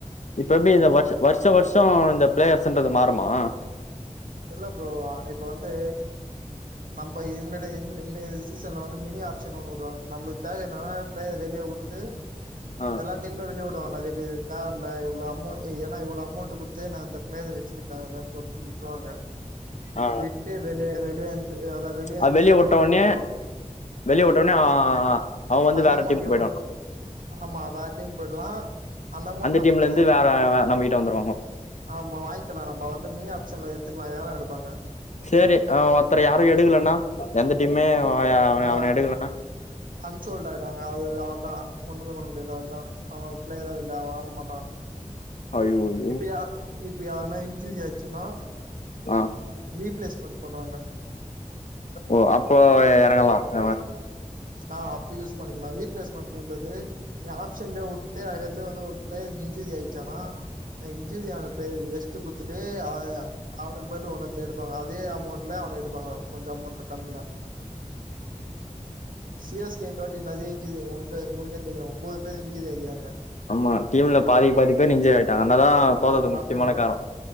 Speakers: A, on the left; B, on the right.
A: இப்ப எப்டி இந்த வர்ஷ வர்ஷ வர்ஷோ இந்த ப்ளேயர்ஸன்றது மாறுமா
B: இல்ல ப்ரோ ஆ இப்ப வந்து நம்ப இது மேட இன் இன்ன எது சீசன்ல வந்து மினி ஆப்ஷன் ஒண்ணு வுடுவாங்க நம்ளுக் தேவையின்னனா ப்ளேயர் வெளிய வுட்டு
A: அ
B: அ தீம்ல வெளிய வுடுவாங்ல அதே மதி தேவயில்ல இவ்ளோ அமோண்ட் ஏன்னா இவ்ளோ அமௌண்ட்ட குத்து நா அந்தப் மேல வச்சிக்கி தேவை இல்லன் சொல்ட்டு உட்றுவாங்க
A: ஆ.
B: விட்டு வெளிய வெளியேந்து அதன் வெளியெந்து
A: அது வெளியே விட்ட
B: ஒரு வாட்டி
A: உடனே
B: எடுப்பான்
A: வெளியே விட்டொட்னே ஆ அவ் வந்து
B: அந்த
A: வேற
B: அமௌண்ட்
A: டீம்
B: இவங்க
A: போய்டுவான்
B: ஆமா வேற் டீம் போய்ட்லா அந்த அமௌண் நம்மகிட்டே
A: டீம்ல இருந்து
B: இப்பா
A: வேற வே- நம்ம கிட்ட வந்துருவாங்க
B: ஆமா வாய்ன்க்கலா நம்ப வந்து மினி ஆப்ஷன்ல எத்துக்கலா ஏல எடுப்பாங்க
A: சரி அ ஒத்தர யாரு எடுகுலன்னா எந்த டீமே அவனை
B: ஆ
A: அவனை எடுக்கலன்னா
B: அன்சோல்ட் ஆயிடுவாங்க அது அது அவ்ளோதா ஒண்ணுமே பண்ண முடியாது அவ்ளோதா அவே பிளேயரா இல்ல அவே ஆட மாட்டா
A: அய்யய்
B: இப்பயா இப்பி யார்னா இஞ்சூரியாச்சுனா
A: அ
B: ரீப்பிளேஸ்மெண்ட் பண்ணுவாங்க
A: ஓ அப்போ எறங்கலா எவே
B: அ அப்ப யூஸ் பண்ணிக்கலா ரீப்பிளேஸ்மெண்ட் இருந்தது நீ ஆப்ஷன்லயே வுட்டு அடுத்து வந்து ஒரு பிளேயர் இன்ஜுரி ஆயிச்சானா அ இன்சூரியான பிளேயருக்கு ரெஸ்ட்டு குடுத்துட்டு ஆ ய அவனுக்கு பதிலு ஒன்னொருத்தய எடுப்பாங்க அதே அமௌண்ட்ல அவன எடுப்பாங்க கொஞ்சோ அமௌண்ட்டு கம்மியா சி எஸ் கே இந்தவாட்டி நெறைய இஞ்சுரி உங்களுக்கு உங்களுக்கே தெரியு ஒம்போது பேர் இஞ்சுரி ஆயிக்கிறாங்க
A: ஆமா டீம்ல பாதிக்கு பாதி பேர் இன்சூரி ஆயிட்டாங்க அதனால தா தோத்தது
B: ஆ பாத்துங்க
A: முக்கியமான காரோ